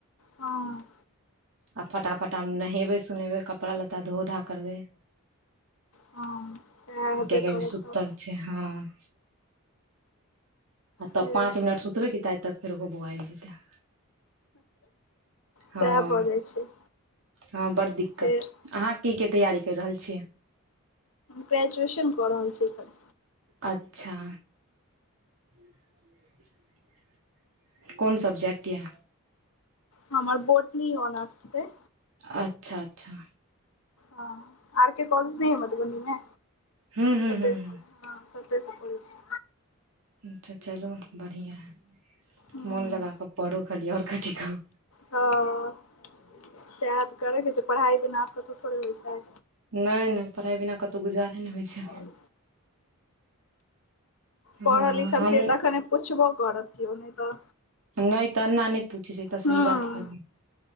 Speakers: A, on the left; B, on the right.
A: हँ।
B: आब फटाफटा मेँ नहेबे सोनेबे कपड़ा लत्ता धो-धा करबेय।
A: हँ सेए हेतै
B: कियाकि अभी
A: करत
B: सुतल
A: त,
B: हँ। तब
A: फेर
B: पाँच मिनट सुतबै कि तआइ तक फेर ओहौं बौआ आइब जेतैय। हँ
A: सेए भ जाइ छै।
B: हँ बड़ दिक्कत,
A: फेर
B: अहाँ की के तैयारी कैर रहल छियै।
A: ग्रेजुएशन क रहल छी एखन।
B: अच्छा। <inaudible> कोन सब्जेक्ट या।
A: हमर बोटनी ओनर्श सै।
B: अच्छा- अच्छा।
A: हां आर के कॉलेज नै या मधुबनी मे
B: हूँ हूँ
A: ओतय
B: हूँ
A: से
B: हूँ
A: हां ओते से करै छी।
B: अच्छा चलु बढ़ियाँ हय,
A: हूँ
B: मोन लगा कऽ पढु खाली और कथी कहु।
A: हां साएह तऽ करैके छै, पढ़ाई बिना आब कतो थोड़े होय छै।
B: नै-नै पढ़ाई बिना कतो गुजारे नै होय छै।
A: हुं, पढ़ल-लिखल
B: हँ हमहूँ
A: छिये तखने पुछबो करत कियो नै तऽ
B: नै तऽ अन्ना नै पूछै छै, इ तऽ सही
A: हँ
B: बात कहलियै।